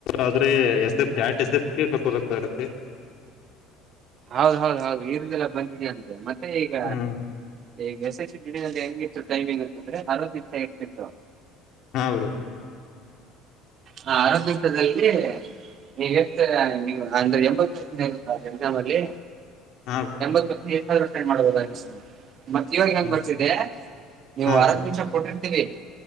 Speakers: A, on the left; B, on the right.
A: ಆದ್ರೆ ಎಸ್ ಎಫ ಡ್ಯಾಟ್ ಎಸ್ ಎಫಗೆ ಕಕೋದ ಇರತ್ತೆ
B: ಹೌದ ಹೌದು ಹೌದು ಇರ್ದೆಲ್ಲ ಬಂದಿದ ಅಂತೆ ಮತ್ತೆ ಈಗ
A: ಹ್ಮ್
B: ಈಗ ಎಸ್ ಎಸ್ ದಿನಲ್ಲಿ ಹೆಂಗಿತ್ತು ಟೈಮಿಂಗ್ ಅಂತಂದ್ರೆ ಅರ್ವತ್ತು ನಿಮಿಷ ಇರ್ತಿತ್ತು
A: ಹಾ ಬ್ರೋ
B: ಹ ಅರವಥೆಂಟರ್ದಲ್ಲಿ ನೀವೆಷ್ಟು ನೀವು ಅಂದ್ರೆ ಎಂಬತ್ತುಾದ್ರೆ ಎಲ್ಲಿ
A: ಹಾ
B: ಎಂಬತ್ ಎಸ್ಟ್ ಆದ್ರೂ ಅಟೆಂಡ್ ಮಾಡ್ಬುದ ಮತ್ತ ಇವಾಗ ಹೆಂಗ್
A: ಹಾ
B: ಬರ್ತಿದ್ದೆ ನೀವು
A: ಹಾ
B: ಅರದ
A: ಬ್ರೋ
B: ನಿಮಿಷ ಕೊಟ್ಟಿರ್ತೀವಿ